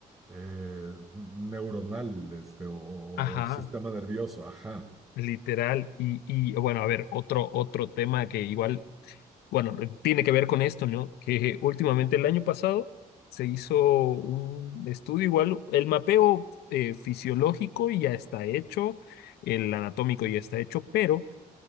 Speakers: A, on the right; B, on the left.
A: eh, neuronal, este, o, o-
B: ajá,
A: o sistema nervioso, ajá.
B: literal. Y, y bueno, a ver, otro, otro tema que igual Bueno, tiene que ver con esto, ¿no? Que últimamente el año pasado se hizo un estudio igual, el mapeo eh, fisiológico ya está hecho, el anatómico ya está hecho, pero